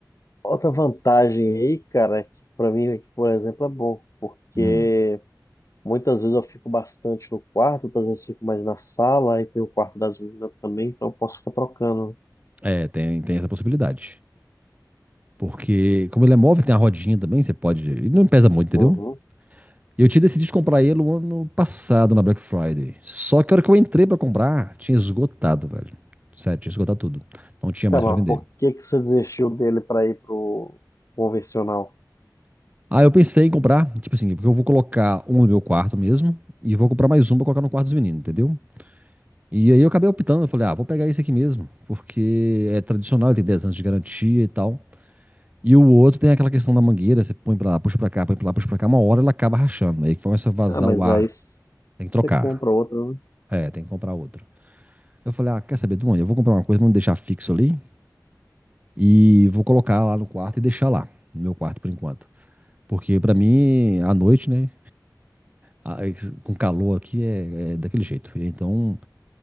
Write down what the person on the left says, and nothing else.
Outra vantagem aí, cara, é que pra mim aqui, por exemplo, é bom, porque
muitas vezes eu fico bastante no quarto, outras vezes fico mais na sala, e tem o quarto das meninas também, então eu posso ficar trocando.
Uhum.
Tá,
mas
por que que você desistiu dele pra ir pro convencional?
Ah, mas
aí s-
você compra outro, né?